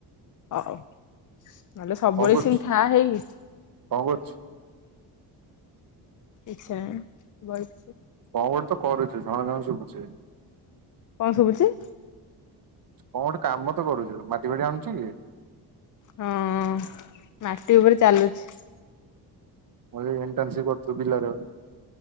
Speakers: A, on the left (about 45°); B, on the right (about 55°).
A: ହଉ ନହେଲେ ସବୁବେଳେ
B: କଣ କରୁଛୁ
A: ସେମିତି ଥା ହେଇନି।
B: କଣ କରୁଛୁ?
A: କିଛି ନାଇଁ ବଇଚି।
B: କଅଁ ଗୋଟେ ତ କରୁଚୁ? ଝଣ ଝଣ ସୁବୁଚି।
A: କଣ ଶୁଭୁଚି?
B: କଅଁ ଗୋଟେ କାମ ତ କରୁଚୁ ମାଟି ଫାଟି ହାଣୁଚୁ କି?
A: ହଁ ମାଟି ଉପରେ ଚାଲୁଛି।
B: ମୁଁ ଏବେ ଏଣ୍ଟ୍ରାନସିପ୍ କରୁଥୁବୁ ପିଲାର